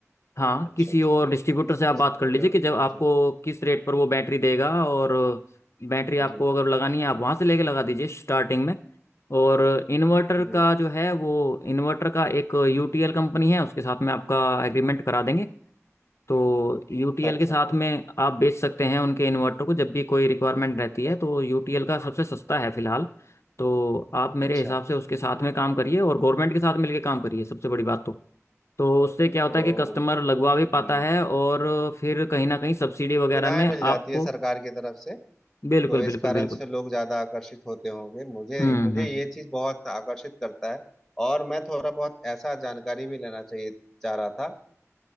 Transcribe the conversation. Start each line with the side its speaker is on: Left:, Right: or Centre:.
Left: हाँ
Centre: अच्छा
Left: किसी
Centre: अच्छा
Left: और डिस्ट्रीब्यूटर से आप
Centre: डिस्ट्रीब्यूटर
Left: बात कर लीजिए कि जब आपको
Centre: जी
Left: किस रेट पर वो बैटरी देगा और बैटरी आपको
Centre: जी
Left: अगर लगानी है आप वहाँ से लेके लगा दीजिए स्टार्टिंग में और इन्वर्टर
Centre: जी
Left: का जो है वो इन्वर्टर का एक यूटीएल कंपनी है उसके साथ में आपका एग्रीमेंट करा देंगे तो यूटीएल
Centre: अच्छा अच्छा
Left: के साथ में आप बेच सकते हैं उनके इन्वर्टर को जब भी कोई रिक्वायरमेंट रहती है तो यूटीएल का सबसे सस्ता है फिलहाल तो आप
Centre: अच्छा
Left: मेरे हिसाब से उसके साथ में काम करिए और गवर्नमेंट के साथ मिलके काम करिए सबसे बड़ी बात तो तो उससे क्या होता
Centre: तो
Left: है कि कस्टमर लगवा भी पाता
Centre: हम्म
Left: है और फिर कहीं ना कहीं सब्सिडी वगैरह
Centre: सुविधाएं
Left: में
Centre: मिल
Left: आपको
Centre: जाती है सरकार की तरफ से
Left: बिल्कुल
Centre: तो इस
Left: बिल्कुल
Centre: कारण
Left: बिल्कुल
Centre: से लोग ज्यादा आकर्षित होते होंगे मुझे
Left: हम्म
Centre: मुझे
Left: हम्म
Centre: ये चीज बहुत आकर्षित करता है और मैं थोड़ा बहुत ऐसा जानकारी भी लेना चाहिए चाह रहा था